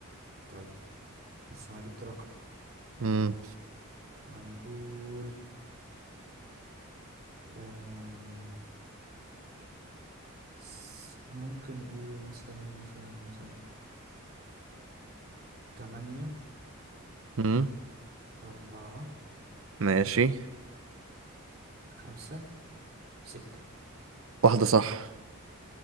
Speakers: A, on the right; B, on the right.
A: طيب بس أنا جبت رقم
B: مم.
A: هنقول أم... س- ممكن ايه مثلا مثلا مثلا تمانية
B: مم.
A: أربعة
B: ماشي
A: خمسة ستة
B: واحدة صح